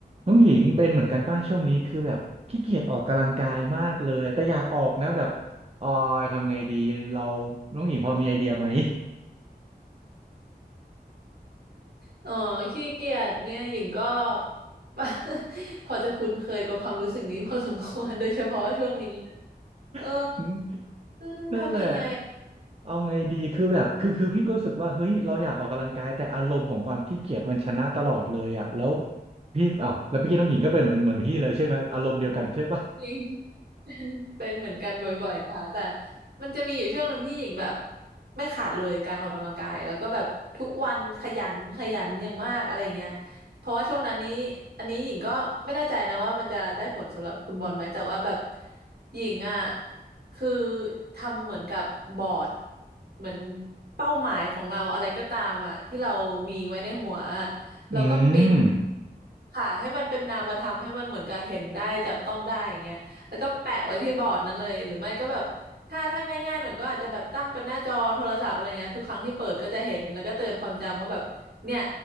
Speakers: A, on the right (about 40°); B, on the right (about 70°).
A: น้องหญิงเป็นเหมือนกันป่ะช่วงนี้คือแบบขี้เกียจออกกำลังกายมากเลยแต่อยากออกนะแบบออยทำไงดีเราน้องหญิงพอมีไอเดียไหม
B: เออขี้เกียจเนี่ยหญิงก็ <laughs> พอจะคุ้นเคยกับความรู้สึกนี้พอสมควรโดยเฉพาะช่วงนี้เออ
A: <laughs>
B: อืมทำยังไง
A: นั่นแหละเอาไงดีคือแบบคือคือพี่ก็รู้สึกว่าเฮ้ยเราอยากออกกำลังกายแต่อารมณ์ของความขี้เกียจมันชนะตลอดเลยอ่ะแล้วพี่อ้าวแล้วพี่อกี้น้องหญิงก็เป็นเหมือนเหมือนพี่เลยใช่ไหมอารมณ์เดียวกันใช่ป่ะ
B: จริง <laughs> เป็นเป็นเหมือนกันบ่อยๆค่ะแต่มันจะมีอยู่ช่วงหนึ่งที่หญิงแบบไม่ขาดเลยการออกกำลังกายแล้วก็แบบทุกวันขยันขยันอย่างมากอะไรอย่างเงี้ยเพราะว่าช่วงนั้นนี้อันนี้หญิงก็ไม่แน่ใจนะว่ามันจะได้ผลสำหรับคุณบอลไหมแต่ว่าแบบหญิงอ่ะคือทำเหมือนกับบอร์ดเหมือนเป้าหมายของเราอะไรก็ตามอ่ะที่เรามีไว้ในหัว
A: <laughs>
B: แล้วก็ปริ้น
A: อืม
B: ค่ะให้มันเป็นนามธรรมให้มันเหมือนกับเห็นได้จับต้องได้อย่างเงี้ยแล้วก็แปะไว้ที่บอร์ดนั้นเลยหรือไม่ก็แบบถ้าถ้าง่ายๆหน่อยก็อาจจะแบบตั้งเป็นหน้าจอโทรศัพท์อะไรเงี้ยทุกครั้งที่เปิดก็จะเห็นแล้วก็เตือนความจำว่าแบบเนี่ย